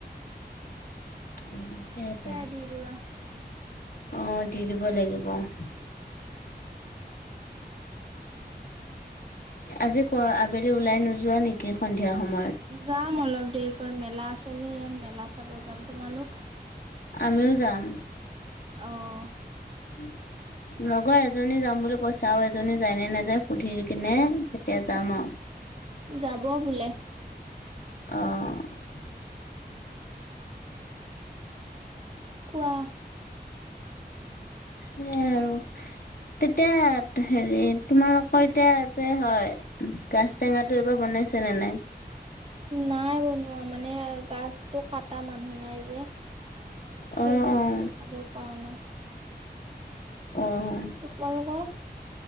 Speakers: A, on the left; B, on the right.
A: উম, সেইটোৱ।
B: সেয়াই দি দিবা
A: অহ, দি দিব লাগিব। উম, আজি ক আবেলি ওলাই নোযোৱা নেকি সন্ধিয়া সময়ত।
B: যাম অলপ দেৰিকৈ মেলা আছে যে ইয়াত মেলা চাব যাম তোমালোক?
A: আমিও যাম।
B: অঁ
A: উম, লগৰ এজনী যাম বুলি কৈছে আৰু এজনী যায় নে নেযায় সুধি কিনে তেতিয়া যাম আৰু
B: যাব বোলে
A: অ',
B: কোৱা?
A: সেইয়াই আৰু। তেতিয়া হেৰি তোমালোকৰ এতিয়া যে হয় গাছ টেঙাটো এইবাৰ বনাইছে নে নাই।
B: নাই বনোৱা মানে গছটো কাটা মানুহ নাই যে সেইকাৰণে
A: অ' অ'
B: বনাব পৰা নাই।
A: অ',
B: তোমালোকৰ